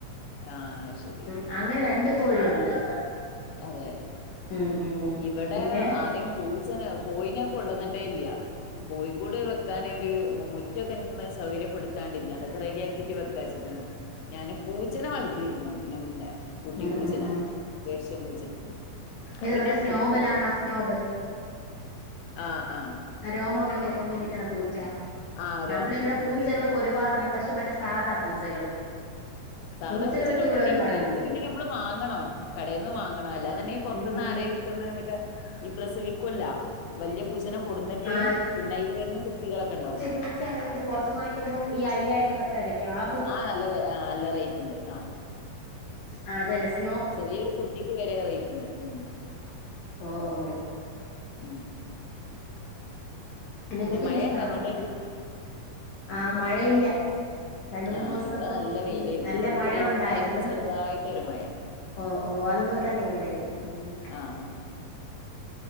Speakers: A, on the left; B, on the left.
A: ആഹ് ശരി
B: ഉം അങ്ങനെ രണ്ട് കോഴിയുണ്ട്
A: അതെ
B: ഉം ഉം
A: ഇവിടെ
B: പിന്നെ
A: ആദ്യം പൂച്ചനെ കോയിനെ ഞാൻ കൊണ്ടുവന്നിട്ടേ ഇല്യ കോഴിക്കൂട് വെക്കാന് ഒരു മുറ്റൊക്കെന്ന് സൗകര്യപ്പെടുത്താണ്ട് ഇനി അതൊക്കെ റെഡിയാക്കിട്ട് വെക്കാ വച്ചിട്ടാണ് ഞാന് പൂച്ചനെ വളർത്തിരുന്നു ഇതിന് മുന്നേ ഊട്ടി
B: ഉം
A: പൂച്ചനെ
B: ഉം ഉം
A: പേർശ്യം പൂച്ചനെ അത്
B: ഇത്
A: പിന്നെ
B: മറ്റേ
A: ഞാൻ
B: സ്നോബലാണോ
A: കൊടുത്ത്
B: സ്നോബൽ
A: ആഹ് ആഹ്
B: രോമങ്ങളൊക്കെ പൊങ്ങി നിക്കണ പൂച്ച
A: ആഹ് രോമം
B: നമ്മള ഇവിടെ പൂച്ചകളൊക്കെ
A: പൊങ്ങിക്കുന്നത്
B: ഒരുപാടുണ്ട് പക്ഷെ മറ്റേ സാധാ പൂച്ചകള്
A: സാധാ
B: പൂച്ചകളൊക്കെ
A: പൂച്ചകള്
B: ഇവിടെ
A: ഇവിടെണ്ട്
B: ഒരുപാടുണ്ട്
A: ഇത് പിന്നെ നമ്മള് വാങ്ങണം കടെന്ന് വാങ്ങണം അല്ലാന്ന്ണ്ടെങ്കി പൊറത്ത്ന്ന്
B: ഉം ഉം
A: ആരെയും
B: ഉം
A: തിണ്ണേമിക്കെ ഈ പ്രസവിക്കുവല്ല വല്യ പൂച്ചേന കൊടുന്നിട്ട്
B: ആ
A: പിന്നയില് വരണ കുട്ടികളൊക്കെ ഉണ്ടാവും
B: പൂച്ചാണെങ്കില് പൊറത്ത്ന്ന് വാങ്ങിക്കുമ്പോ ഈ അയ്യായിരം പത്തായിരംക്കെയ ആപ്
A: ആഹ് നല്ല വെ ആഹ് നല്ല റേറ്റ് ഉണ്ട് ആഹ്
B: ആഹ് അതന്നെ സ്
A: ചെറിയൊരു കുട്ടിക്ക് വരെ റെയിറ്റ്ണ്ട് ഉം
B: ഓഹ് ഓഹ്
A: ഉം
B: പിന്നെ കുക്കിംഗ്‌
A: മഴ
B: ഇഷ്ട്ടവാണോ
A: ഉണ്ടോ അങ്ങോട്ട്
B: ങ്ങക് ആ മഴയില്ല രണ്ട മൂന്നുസം
A: ആഹ് ഇവിടെ
B: ഇപ്പം
A: നല്ല വെയിലായിരുന്നു
B: ഉം നല്ല
A: ഇപ്പൊ ഇന്ന്
B: മഴ
A: വൈകുന്നേരം
B: ഉണ്ടായിര്ന്ന്
A: ഇങ്ങനെ ചെറുതായിട്ട് ഒരു മഴ
B: ഓ ഓ അത്പോൽ തന്നെ ഇവടേം ഉം ഉം
A: ആഹ് അ